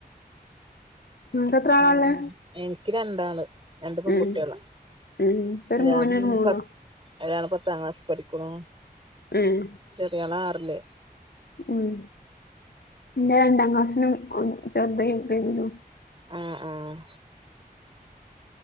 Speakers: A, on the left (about 85°); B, on the right (about 30°).
A: നിങ്ങക്ക് എത്ര
B: ആ
A: ആളാ ഇള്ളേ
B: എനിക്ക് രണ്ടാള്. രണ്ട് പെൺകുട്ടികളാ,
A: ഉം ഉം ഇൻക്കൊരു
B: ഒരാ
A: മോനും ഒരു മോളുവാ
B: പത്ത് ഒരാള് പത്താം ക്ലാസ്സിൽ പഠിക്കുന്നു.
A: ഉം
B: ചെറിയാൾ ആറില്ല്.
A: ഉം. എന്റെ രണ്ടാം ക്ലാസിനും, ചെറുത് എൽ കെ ജിയിലും.
B: ആഹ് ആഹ്